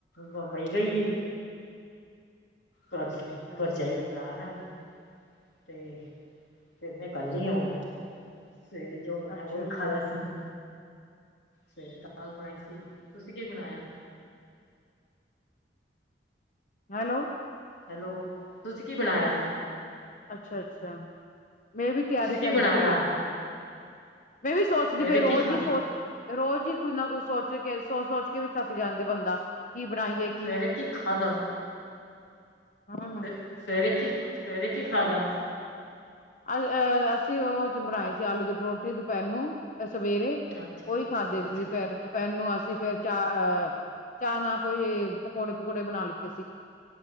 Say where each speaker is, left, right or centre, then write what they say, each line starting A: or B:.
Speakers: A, on the left; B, on the left.
A: ਬੰਬਈ ਗਈ ਏ, ਘ
B: ਅੱਛਾ
A: ਭਰਜਾਈ ਪਾਨ, ਅਤੇ ਫਿਰ ਮੈਂ ਕੱਲੀ ਆਂ ਊਣ, ਸਵੇਰੇ ਜੋ ਬਣਾਇਆ
B: ਅੱਛਾ
A: ਉਹੀ
B: ਅੱਛਾ
A: ਖਾ ਲੈਂਸੀ। ਸਵੇਰੇ ਦਾਲ ਬਣਾਈ ਸੀ, ਤੁਸੀਂ ਕੇ ਬਣਾਇਆ?
B: ਹੈਲੋ।
A: ਹੈਲੋ, ਤੁਸੀਂ ਕੀ ਬਣਾਇਆ?
B: ਅੱਛਾ, ਅੱਛਾ। ਮੈਂ ਵੀ ਤਿਆਰੀ
A: ਤੁਸੀਂ
B: ਚੱਲਦੀ
A: ਕੀ ਬਣਾਇਆ
B: ਪਈਏ, ਮੈਂ ਵੀ ਸੋਚਦੀ
A: ਸਵੇਰੇ
B: ਪਈ ਰੋਜ਼
A: ਕੀ ਖਾ
B: ਹੀ ਸੋਚ ਰੋਜ਼ ਹੀ ਕੁੱਝ ਨਾ ਕੁੱਝ ਸੋਚ ਕੇ ਸੋਚ ਸੋਚ ਕੇ ਵੀ ਥੱਕ ਜਾਂਦੇ ਬੰਦਾ, ਕੀ ਬਣਾਈਏ?
A: ਸਵੇਰੇ ਕੀ ਖਾਧਾ?
B: ਹਾਂ ਨਾ
A: ਫੇਰ ਸਵੇਰੇ ਕੀ, ਸਵੇਰੇ ਕੀ ਖਾਦਾ?
B: ਅ ਅਹ ਅਸੀਂ ਉਹ ਚ ਬਣਾਏ ਸੀ ਆਲੂ ਦੇ ਪਰੌਠੇ ਦੁਪਹਿਰ ਨੂੰ ਸਵੇਰੇ,
A: ਅੱਛਾ
B: ਉਹੀ ਖਾਂਦੇ
A: ਅੱਛਾ
B: ਸੀ ਫੇਰ ਪੈਨੂੰ ਅਸੀਂ ਫੇਰ ਚਾਹ ਅਹ, ਚਾਹ ਨਾ ਕੋਈ ਪਕੌੜੇ ਪਕੁੜੇ ਬਨਾ ਲਿੱਤੇ ਸੀ।